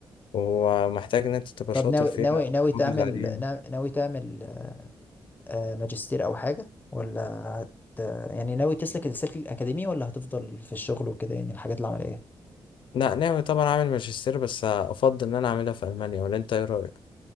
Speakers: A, on the left; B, on the left.
A: ومحتاج إن أنت تبقى
B: طب
A: شاطر
B: ناوي
A: فيها
B: ناوي
A: وتحافظ
B: ناوي تعمل
A: عليها
B: نا- ناوي تعمل آه، ماجستير او حاجه ولا هت يعني ناوي تسلك السلك الاكاديمي ولا هتفضل في الشغل وكده يعني الحاجات العمليه
A: لا ناوي طبعا أعمل ماجستير بس أفضل إن أنا أعملها في ألمانيا ولا أنت إيه رأيك؟